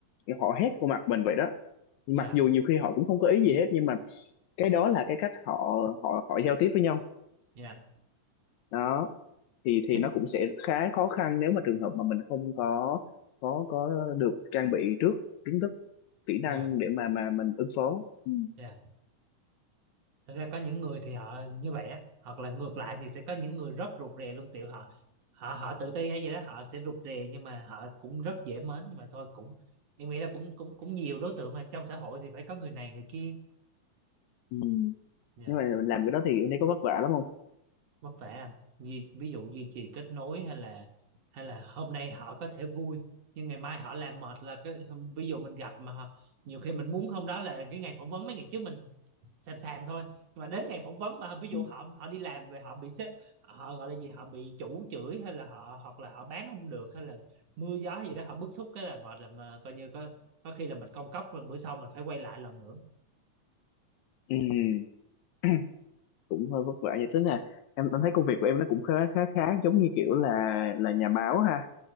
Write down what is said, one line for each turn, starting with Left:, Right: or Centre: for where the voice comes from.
Left: họ hét vô mặt mình vậy đó mặc
Right: dạ
Left: dù nhiều khi họ cũng không có ý gì hết nhưng mà cái đó là cái cách họ họ họ giao tiếp với nhau
Right: dạ
Left: đó thì thì
Right: em
Left: nó cũng sẽ khá khó khăn nếu mà trường hợp mà mình không có có có được trang bị trước kiến thức kỹ năng
Right: dạ
Left: để mà mà mình ứng phó Ừ.
Right: dạ thực ra có những người thì họ như vậy á hoặc là ngược lại thì sẽ có những người rất rụt rè luôn tiểu họ họ họ tự ti hay gì đó họ sẽ rụt rè nhưng mà họ cũng rất dễ mến nhưng mà thôi cũng em nghĩ là cũng cũng cũng nhiều đối tượng mà trong xã hội thì phải có người này người kia
Left: ừ.
Right: yeah.
Left: nhưng mà mình làm cái đó thì em thấy có vất vả lắm không
Right: vất vả anh ví, ví dụ duy trì kết nối hay là hay là hôm nay họ có thể vui nhưng ngày mai họ làm mệt là cái ví dụ mình gặp mà họ, nhiều khi mình muốn hôm đó là cái ngày phỏng vấn mấy ngày trước mình xàm xàm thôi nhưng mà đến ngày phỏng vấn mà ví dụ
Left: ừ.
Right: họ họ đi làm về họ bị sếp họ gọi là gì họ bị chủ chửi hay là họ hoặc là họ bán không được hay là mưa gió gì đó họ bức xúc cái là mệt là mà coi như có có khi là mình công cốc rồi bữa sau mình phải quay lại lần nữa
Left: Ừ. <clears throat> cũng hơi vất vả vậy tức là em em thấy công việc của em nó cũng khá khá khá giống như kiểu là là nhà báo ha